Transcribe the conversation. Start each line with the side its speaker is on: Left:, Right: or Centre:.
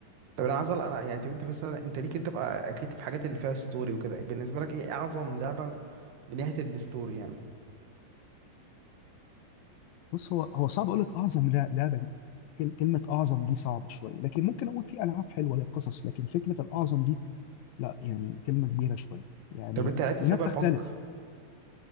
Right: طب انا عايز أقول- انا يعني انت أنت مثلا انت ليك انت بقى اكيد في حاجات اللي فيها ستوري وكده بالنسبه لك ايه اعظم لعبه من ناحيه الستوري يعني
Left: بص هو هو صعب اقول لك اعظم لا- لعبه دي يعني كل- كلمه اعظم دي صعبه شويه لكن ممكن اقول في العاب حلوه ليها قصص لكن فكره الاعظم دي لا يعني كلمه كبيره شويه يعني
Right: طب انت لعبت
Left: لانها
Right: سايبر
Left: بتختلف
Right: بانك